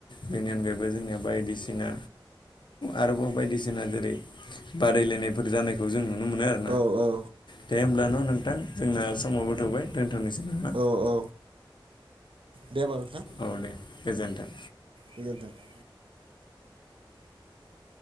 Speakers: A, on the left; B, on the right.
A: बेनि अनगायैबो जोंनिया बायदिसिना आरोबाव बायदिसिना जेरै बादायलायनायफोर जानायखौ जों नुनो मोनो आरो
B: औ औ।
A: दे होमबब्ला न' नोंथां जोंना समावबो थ'बाय दोन्थ'नोसै नामा?
B: औ औ देबा नोंथां?
A: औ दे गोजोन्थों।
B: गोजोन्थों।